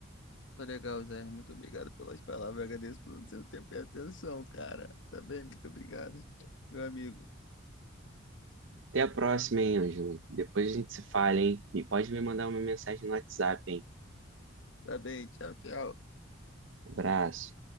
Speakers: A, on the left; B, on the right.
A: Tá legal, Zé. Muito obrigado pelas palavras. Agradeço pelo seu tempo e atenção, cara. Tá bem? Muito obrigado, meu amigo.
B: Até a próxima, hein, Ângelo? Depois a gente se fala, hein? E pode me mandar uma mensagem no WhatsApp, hein?
A: Tá bem. Tchau, tchau.
B: Abraço.